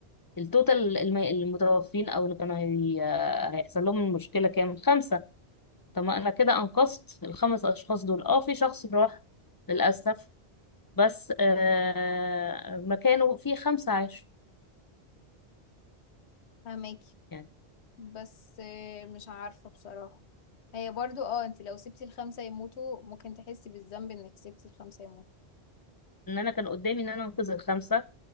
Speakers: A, on the left; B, on the left.
A: التوتال الم- المتوفين او اللي كانوا هي... هيحصل لهم المشكله كام خمسه طب ما انا كده انقذت الخمس اشخاص دول اه في شخص راح للاسف بس آه مكانه في خمسه عاشوا
B: فهماكي
A: يعني
B: بس آه، مش عارفة بصراحة هي برضو اه انت لو سبتي الخمسة يموتوا ممكن تحسي بالذنب انك سبتي الخمسة يموتوا
A: ان انا كان قدامي ان انا انقذ الخمسه